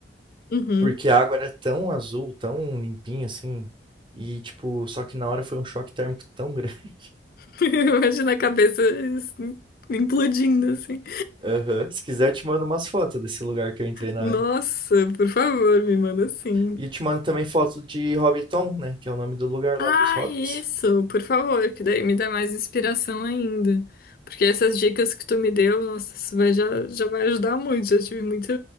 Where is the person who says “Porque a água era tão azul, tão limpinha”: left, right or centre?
Right